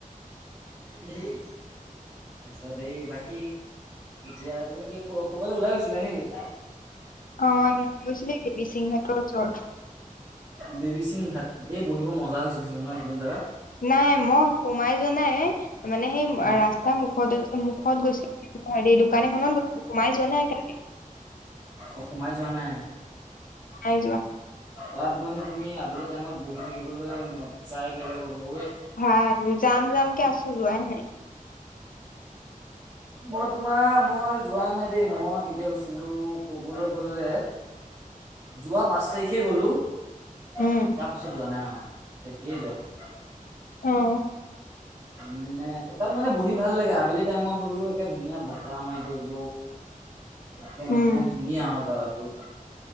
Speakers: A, on the right; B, on the left.
A: সেই তাৰপিছত এই বাকী এতিয়া তুমি কি ক ক'বালৈ ওলাই গৈছিলা নেকি?
B: অ', গৈছিলে দেৱীসিং ঘাটৰ ওচৰত।
A: দেৱী সিং ঘাট এই বহিব মজা হৈছিল চাগে ন সেইখন জেগাত?
B: নাই মই সোমাই যোৱা নাই মানে সেই
A: অ
B: ৰাস্তা মুখ মুখত গৈছিলোঁ হেৰি দোকান এখনত গৈছিলোঁ সোমাই যোৱা নাই তালে।
A: অ', সোমাই যোৱা নাই?
B: নাই যোৱা।
A: তাত মানে তুমি আবেলি টাইমত বহি থাকিবলৈ মজাই বেলেগ হ'ব ঐ।
B: ভা জাম জাম কে আছোঁ যোৱাই নাই।
A: মই তোমাৰ মই যোৱা নাই দেই মই কেতিয়া গৈছিলোঁ ক'বলৈ গ'লে।
B: <unintelligible>
A: যোৱা পাঁচ তাৰিখে গ'লো তাৰ
B: উম
A: পাছত যোৱা নাই আউ তেতিয়াই যোৱা।
B: অ',
A: মানে তাত মানে বহি ভাল লাগে আবেলি টাইমত হ'লেও একে ধুনীয়া বতাহ মাৰি থাকিব।
B: <inaudible>
A: একে
B: উম
A: মানে ধুনীয়া আৰু জাগাটো।